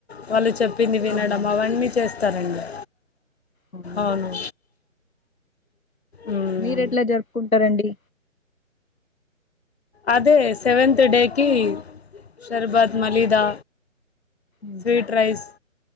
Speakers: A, on the left; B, on the left.
A: వాళ్ళు చెప్ పింది వినడం
B: ఆహా
A: అవన్నీ చేస్తారండి
B: అవునండి
A: అవును మ్మ్.
B: మీరు ఎట్ల జరుపుకుంటారండి
A: అదే సెవెన్త్ డేకి షర్బత్ మలీదా
B: ఉహు,
A: స్వీట్ రైస్